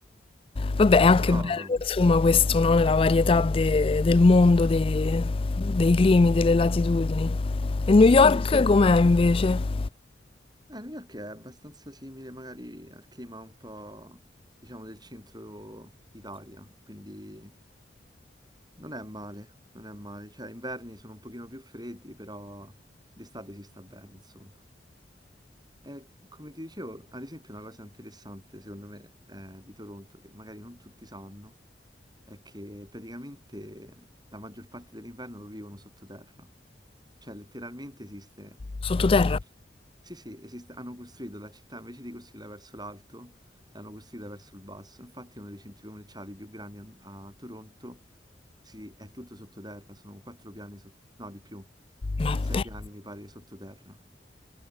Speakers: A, on the left (about 30°); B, on the right (about 25°).
A: Vabbè, è anche
B: Però
A: bello insomma questo, no? La varietà de- del mondo, dei dei climi, delle latitudini. E New
B: Sì,
A: Sì, York
B: sì.
A: sì. com'è invece?
B: Eh, New York è abbastanza simile magari al clima un po', diciamo, del centro Italia, quindi non è male, non è male. Cioè, inverni sono un pochino più freddi, però d'estate si sta bene, insomma. E come ti dicevo, ad esempio, una cosa interessante, secondo me, eh, di Toronto, che magari non tutti sanno, è che praticamente la maggior parte dell'inverno lo vivono sottoterra. Cioè, letteralmente esiste
A: Sottoterra?
B: un... Sì, sì, esiste... hanno costruito la città invece di costruirla verso l'alto, l'hanno costruita verso il basso. Infatti, uno dei centri commerciali più grandi a, a Toronto si- è tutto sottoterra, sono quattro piani, sot- no, di più,
A: Ma
B: sei
A: beh,
B: piani mi pare sottoterra.